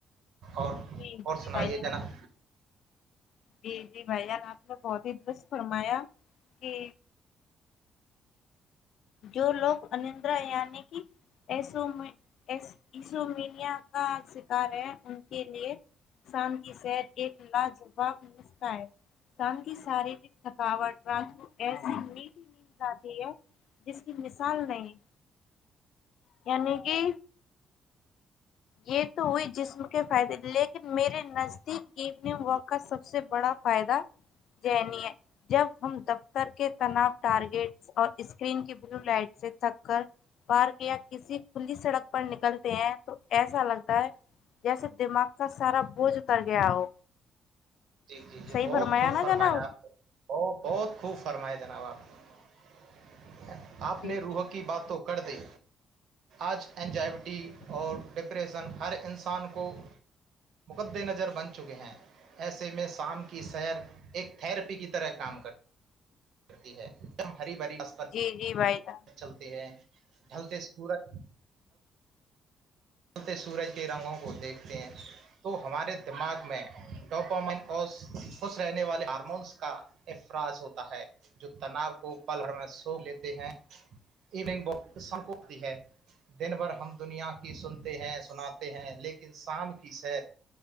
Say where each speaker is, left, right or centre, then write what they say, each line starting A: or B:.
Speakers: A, on the right (about 70°); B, on the left (about 75°).
A: اور
B: جی
A: اور
B: جی
A: سنائیے
B: بھائی جان
A: جناب
B: جی جی بھائی جان اپ نے بہت ہی درست فرمایا کہ جو لوگ انندرا یعنی کہ ایسوں میں ایس ای سو میڈیا کا شکار ہے ان کے لیے شام کی شیر ایک لاجواب نسخہ ہے شام کی سارے تھکاوٹ رات کو ایسی نیند اتی ہے جس کی مثال نہیں یعنی کہ یہ تو ہوئی جسم کے فائدے لے میرے نزدیک اینٹ واک کا سب سے بڑا فائدہ جنی ہے جب ہم دفتر کے تناؤ ٹارگیٹس اور اس کریم کی بلو لائٹ سے تھک کر پارک یا کسی کھلی سڑک پر نکلتے ہیں تو ایسے ایسا لگتا ہے جیسے دماغ کا سارا بوجھ اتر گیا ہو
A: جی جی جی
B: صحیح
A: بہت خوب
B: نا
A: فرمایا
B: جناب
A: اپ نہ بہو بہت خوب فرماائے جناب اپ اپ
B: جی
A: نے روہک کی بات تو کر دی اج انجائبٹی
B: جی
A: اور ڈب کی ریسن ہر انسان کو مقد نظر بن چکے ہے ایسے میں شام کی سیر ایک تھیراپی کی طرح کام کرت کرتی ہے دم ہری بھری اسسپر
B: جی جی بھائی جان
A: چلتے ہے ڈھلتے سورج ہولتے سورج کے رنگوں کو دیکھتے ہیں تو ہمارے دماغ میں ڈوپومن اور خوش رہنے والے ہارمونس کا افراز ہوتا ہے جو تناؤ کو پلھر لسو لیتے ہیں ایوننگ بکس سنکتی ہے دن بھر ہم دنیا کی سنتے تے ہے سناتے ہے لیکن شام کی سیر